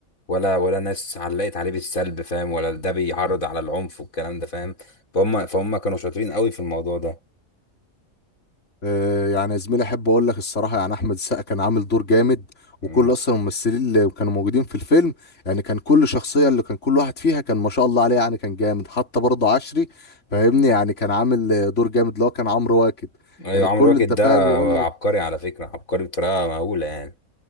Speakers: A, on the left; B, on the left.
A: ولا ولا ناس علقت عليه بالسلب فاهم ولا ده بيعرض على العنف والكلام ده فاهم فهم فهم كانوا شاطرين قوي في الموضوع ده
B: آه، يعني يا زميلي احب اقول لك الصراحه يعني احمد السقا كان عامل دور جامد
A: مم.
B: وكل اصلا الممثلين اللي كانوا موجودين في الفيلم يعني كان كل شخصيه اللي كان كل واحد فيها كان ما شاء الله عليه يعني كان جامد حتى برضه عشري فاهمني يعني كان عامل آه، دور جامد اللي هو كان عمرو واكد
A: ايوه
B: كان الكل
A: عمرو واكد
B: انت
A: ده
B: فاهم يقول لك
A: عبقري على فكرة عبقري بطريقة مهولة يعني